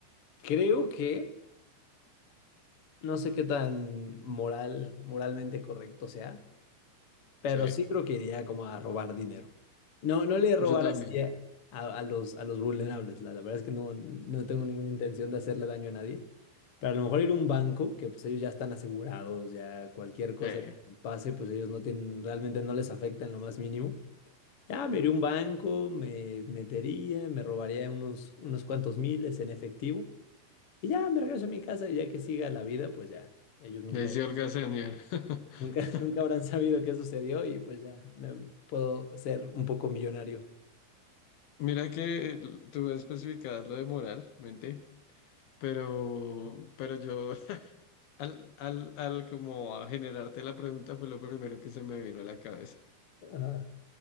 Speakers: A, on the left; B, on the left.
A: Creo que no sé qué tan moral, moralmente correcto sea, Pero
B: Sí,
A: sí creo que iría como a robar dinero. No, no le robar
B: yo también.
A: así a, a- los, a los vulnerables. La, la verdad es que no, no tengo ninguna intención de hacerle daño a nadie. Pero a lo mejor ir a un banco, que pues ellos ya están asegurados, ya cualquier cosa
B: Sí, le
A: que pase, pues ellos no tienen, realmente no les afecta en lo más mínimo. Ya me iría a un banco, me metería, me robaría unos, unos cuantos miles en efectivo. Y ya me regreso a mi casa y ya que siga la vida, pues ya, ellos nunca
B: decía holgazanear. <laughs>
A: Nunca, <laughs> nunca habrán sabido qué sucedió y pues ya me puedo ser un poco millonario.
B: Mira que tú especificabas lo de moral, mente, pero, pero yo <laughs> al, al, al como a generarte la pregunta fue lo primero que se me vino a la cabeza.
A: Ajá.